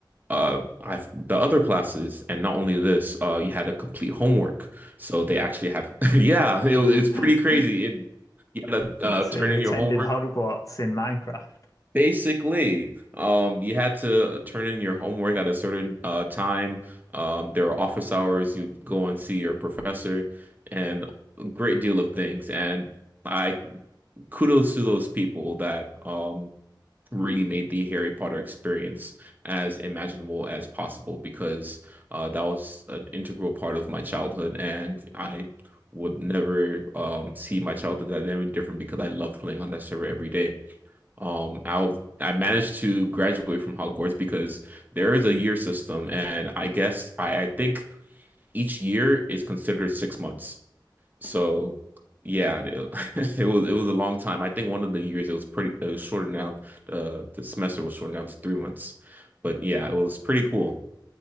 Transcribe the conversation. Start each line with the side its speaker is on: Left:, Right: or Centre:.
Right: uh I've, the other classes and not only this uh you had to complete homework so they actually had <laughs> yeah it, was-
Left: <laughs>
Right: it's pretty crazy and you had to uh,
Left: So
Right: turn
Left: you
Right: in
Left: attended
Right: your homework
Left: Hogwarts in Minecraft.
Right: Basically, um, you had to turn in your homework at a certain uh, time. Um, there were office hours. You'd go and see your professor, and a great deal of things. And I kudos to those people that um, really made the Harry Potter experience as imaginable as possible because uh, that was an integral part of my childhood, and I would never um, see my childhood as any different because I love playing on that server every day. Um, I I managed to graduate from Hogwarts because there is a year system, and I guess I, I think each year is considered six months. So yeah, it, <laughs> it was it was a long time. I think one of the years it was pretty it was shortened down. Uh, the semester was shortened down to three months, but yeah, it was pretty cool.